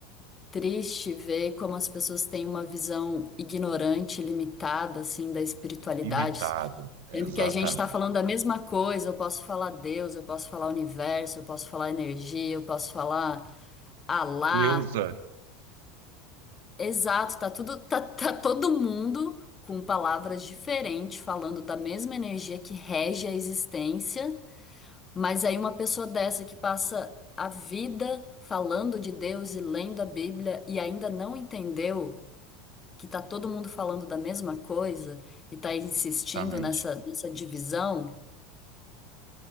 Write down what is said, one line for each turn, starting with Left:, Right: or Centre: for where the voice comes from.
Left: triste ver como as pessoas têm uma visão ignorante, limitada, assim, da espiritualidade,
Right: limitada. Exatamente.
Left: sendo que a gente está falando da mesma coisa. Eu posso falar Deus, eu posso falar universo, eu posso falar energia, eu posso falar Alá.
Right: Deusa,
Left: Exato, tá tudo, tá, tá todo mundo com palavras diferentes, falando da mesma energia que rege a existência, mas aí uma pessoa dessa que passa a vida falando de Deus e lendo a Bíblia e ainda não entendeu que tá todo mundo falando da mesma coisa e tá insistindo
Right: Exatamente.
Left: nessa, nessa divisão.